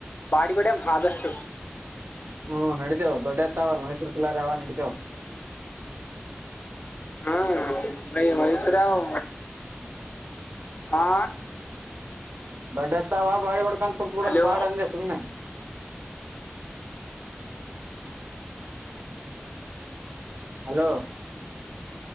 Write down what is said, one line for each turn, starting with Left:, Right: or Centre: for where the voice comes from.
Left: ಬಾಡಿಗಡೆ ಆದಷ್ಟು.
Right: ಹ್ಮ್ ನಡಿತೇವ ದೊಡ್ಡತ್ತಾವಲ್ಲ ಮೈಸೂರ್ ಕಲ್ಲಾರೆ ಆ ನಡಿತಾವ
Left: ಹಾ ವೈಷರಾವ ಹಾ
Right: ಬಡಾಾವ ಭಾರಿ ಬ ಕಪ ಕೂಡ
Left: ಹಲೋ
Right: ಪಾಡ ಅಂದೆ ಸುನೆ. Hello